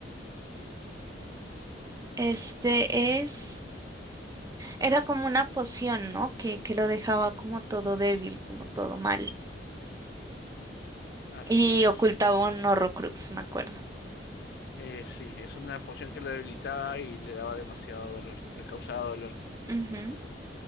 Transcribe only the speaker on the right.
este es, era como una poción, ¿no? Que, que lo dejaba como todo débil, como todo mal.
Y
ocultaba un Horrocrux, me acuerdo.
Ujú.